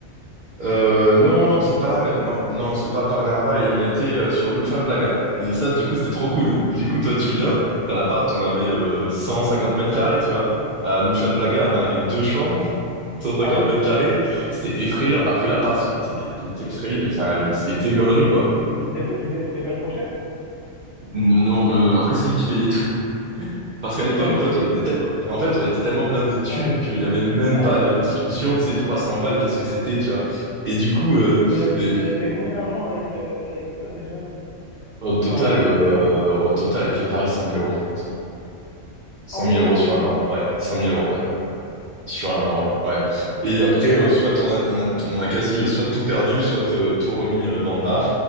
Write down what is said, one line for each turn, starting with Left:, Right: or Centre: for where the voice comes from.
Right: Euh, non,
Left: Non,
Right: non, c'est
Left: je
Right: pas la
Left: sais
Right: même,
Left: pas.
Right: non. Non, c'est pas à Parnava et on était euh, sur Luchamblaga. Et ça, du coup, c'était trop cool. Du coup, toi, tu viens, t'as l'appart, on avait euh, 150 mètres carrés, tu vois. À Luchamlaga, on avait deux chambres, cent cinquante
Left: Ah oui,
Right: mètres carrés. C'était effrayant.
Left: Hmm.
Right: Après, l'appart, il était, il était effrayant. Enfin, il il était gaulerie,
Left: il était
Right: quoi.
Left: il- c'était pas c'était c'était pas trop cher?
Right: Non, non, euh, après, c'est lui qui payait tout. Parce qu'à l'époque,
Left: C'est lui
Right: en fait,
Left: qui payait
Right: on était
Left: tout?
Right: tellement, en fait, on était tellement blindés de thunes
Left: Ouais, effectivement.
Right: qu'il y avait même
Left: Ouais.
Right: pas la discussion de ces 300 balles, qu'est-ce que c'était, tu vois. Et du coup, euh,
Left: Que vous êtes,
Right: euh,
Left: vous êtes fait combien d'argent avec, euh, avec ça déjà? Enfin,
Right: Au total,
Left: avec les trucs
Right: euh,
Left: des paris?
Right: au total, avec les paris, cent mille euros, je pense. Cent
Left: 100
Right: mille
Left: 000
Right: euros
Left: euros?
Right: sur un an, ouais. Cent mille euros, ouais. Sur un an, ouais. Ouais. Et après,
Left: Euh,
Right: euh, soit on a, on a, on a quasi, euh, soit tout perdu, soit euh, tout remis euh, dans le bar.